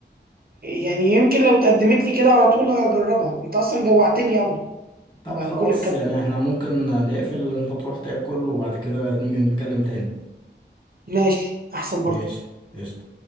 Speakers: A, on the right; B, on the left.
A: يعني يمكن لو اتقدمت لي كده على طول هجربها انت اصلا جوعتني قوي
B: طب
A: بعد
B: خلاص
A: كل الكلام
B: يعني
A: ده
B: احنا ممكن نقفل انت تروح تاكل وبعد كده نيجي نتكلم تاني
A: ماشي احسن برضه
B: ماشي قشطة